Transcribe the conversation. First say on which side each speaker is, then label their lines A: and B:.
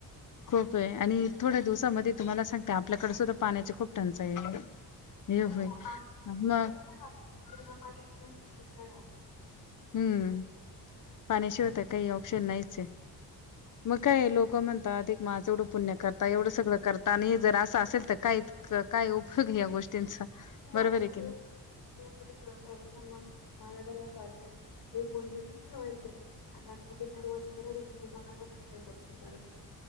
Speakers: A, on the left; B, on the left.
A: खूप आहे आणि थोड्या दिवसामध्ये तुम्हाला सांगते ते आपल्याकडे सुद्धा पाण्याची खूप टंचाई हे
B: हो
A: होईल मग
B: बर पण आता सम्याय
A: हम्म पाण्याशिवाय काही ऑप्शन नाहीच आहे मग काय लोक म्हणतात एक माझं एवढं पुण्य करता एवढं सगळं करत आणि जर असेल तर काय काय उपयोग या गोष्टींचा
B: हे
A: बरोबर
B: आहे
A: की नाही
B: खरी कळत आहे पण मग मला अस वाटतं हे पणबी खावायचंय आताी जेथवाज करत होते ते मनापासून काही गोष्टी करत होते.